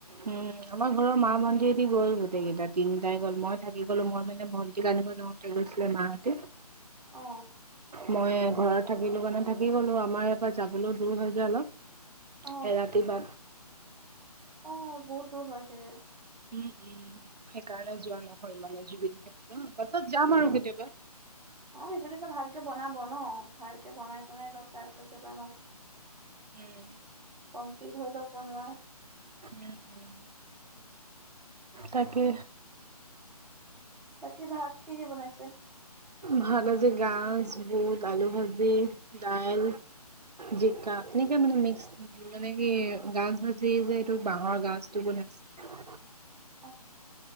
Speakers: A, on the right (about 80°); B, in the centre.
A: উম আমাৰ ঘৰৰ মা ম ভন্তিৰদি গ'ল গোটেইকেইটা তিনিটাই গল মই থাকি গ'লো মই মানে মন্তি ক আনিব <unintelligible> তে গৈছিলে মাহতে
B: অ।
A: মই ঘৰত থাকিলো কাৰানে থাকি গলো আমাৰ ইয়াৰ পৰা যাবলৈও দূৰ হয় যে অলপ
B: অ
A: <unintelligible> এ ৰাতি বা
B: অ হয় বহুত দূৰ হয় চাগে।
A: উম উম সেইকাৰণে যোৱা নহয় মানে জুবিন ক্ষেত্ৰ পাছত যাম আৰু কেতিয়াবা
B: অ সেইটো ভালকে বনাব ন ভালকে বনাইছে নাই চাই পিছতাবা
A: উম
B: <unintelligible> ন। <inaudible> কমপ্লিট হৈ থাব ন <unintelligible>
A: উম উম তাকে
B: বাকী ভাত কিহে বনাইছে? <unintelligible>
A: ভাত আাজি গাজ বুট আলু ভাজি দাইল। জিকা এনেকে মানে মিক্স থাকিল মানে কি গাজ ভাজি যে এইটো বাহৰ গাজটো <unintelligible> ন। <unintelligible>
B: <inaudible>